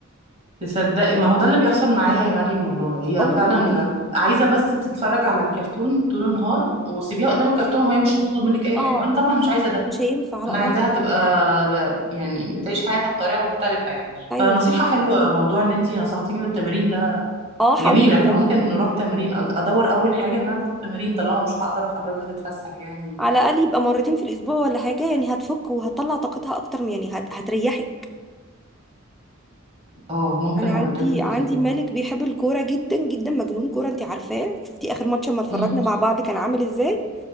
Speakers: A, on the right; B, in the centre.
A: تصدقي ما هو ده اللي بيحصل معايا يا مريم والله هي
B: اه والله
A: فعلا عايزه بس تتفرج على الكرتون طول النهار وسيبيها قدام الكرتون وهي مش هتطلب منك اي حاجه
B: اه
A: وانا طبعا مش عايزه ده
B: مش هينفع لا
A: انا
B: غلط
A: عايزاها تبقى ب- يعني بتعيش حياتها بطريقه مختلفه يعني
B: ايوه
A: فنصيحه حلوه موضوع ان انتي نصحتيني بالتمرين ده
B: اه حاولي
A: جميله
B: بجد
A: احنا ممكن نروح تمرين أج- ادور اول حاجه انها تروح تمرين طالما مش هقدر اخرجها تتفسح يعني
B: على الاقل يبقى مرتين في الاسبوع ولا حاجه يعني هتفك وهتطلع طاقتها اكتر من- يعني هت... هتريحك
A: اه ممكن
B: انا
A: مرتين
B: عندي
A: في الاسبوع
B: عندي مالك بيحب الكوره جدا جدا مجنون كوره انت عارفاه شفتي اخر ماتش لما اتفرجنا
A: أمم،
B: مع بعض كان عامل ازاي